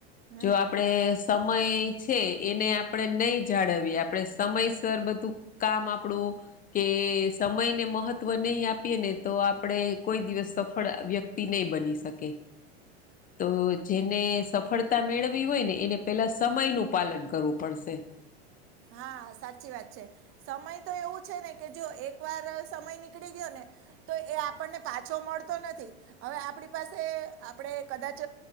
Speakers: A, on the right; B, on the left.
A: હમ
B: જો આપડે સમ સમય છે એને આપણે નહી જાળવીએ આપણે સમયસર બધું કામ આપણું કે સમયને મહત્વ નહી આપીએ ને તો આપણેે કોઈ દિવસ સફળ વ્યક્ત તી નહી બની શકે. તો જેને સફળતા મેળવી હોય ને એને પેલા સમયનું પાલન કરવું પડશે.
A: હા સાચી વાત છે. સમય તો એવું છે ને કે જો એક વાર સમય નીકળી ગયો ને તો એ આપણને પાછો મળતો નથી. હવે આપણી પાસે આપણે કદાચ